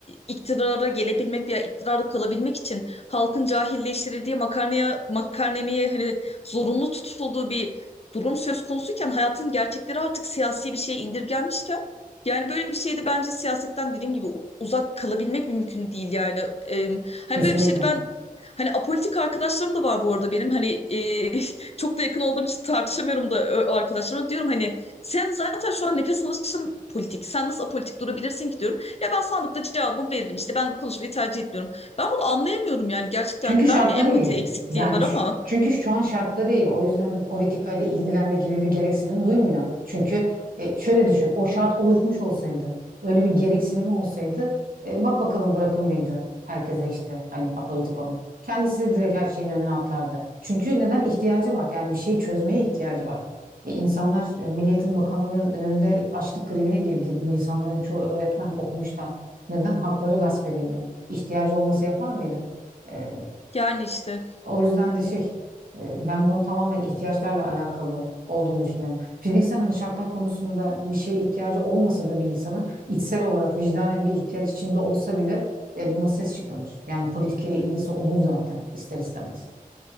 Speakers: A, on the left; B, on the right.
A: iktidara gelebilmek veya iktidarda kalabilmek için halkın cahilleştirildiği makarnaya makarnemeye hani zorunlu tutulduğu bir durum söz konusuyken hayatın gerçekleri artık siyasi bir şeye indirgenmişken yani böyle bir şeyde bence siyasetten dediğim gibi u- uzak kalabilmek mümkün değil yani. E, hani
B: Kesinlikle.
A: böyle bir şeyde ben hani apolitik arkadaşlarım da var bu arada benim hani e, <laughs> çok da yakın olduğum için tartışamıyorum da ö- o arkadaşlarıma diyorum hani sen zaten şu an nefes alışın politik. Sen nasıl apolitik durabilirsin ki diyorum. Ya ben sandıkta cevabımı veririm. İşte ben konuşmayı tercih etmiyorum. Ben bunu anlayamıyorum yani gerçekten.
B: Çünkü şartları
A: Ben mi empati
B: iyi.
A: eksikliğim
B: Yani
A: var ama
B: ş- çünkü şu an şartları iyi. O yüzden de politikayla ilgilenme gibi bir gereksinim duymuyor. Çünkü e, şöyle düşün, o şart oluşmuş olsaydı, öyle bir gereksinimi olsaydı, e, bak bakalım bırakır mıydı herkese işte hani apolitik olun. Kendisi direkt her şeyin önüne atlardı. Çünkü neden ihtiyacı var? Yani bir şeyi çözmeye ihtiyacı var. E, insanlar e, Milli Eğitim Bakanlığı'nın önünde açlık grevine girdi. Bu insanların çoğu öğretmen, okumuşlar. Neden? Hakları gasp edildi. İhtiyacı olması yapar mıydı? E,
A: yani işte.
B: o yüzden de şey e, ben bunu tamamen ihtiyaçlarla alakalı olduğunu düşünüyorum. Fiziksel hani şartlar konusunda bir şeye ihtiyacı olmasa da bir insanın içsel olarak vicdanen bir ihtiyaç içinde olsa bile e, buna ses çıkarır. Yani politikaya ilgisi olur zaten ister istemez.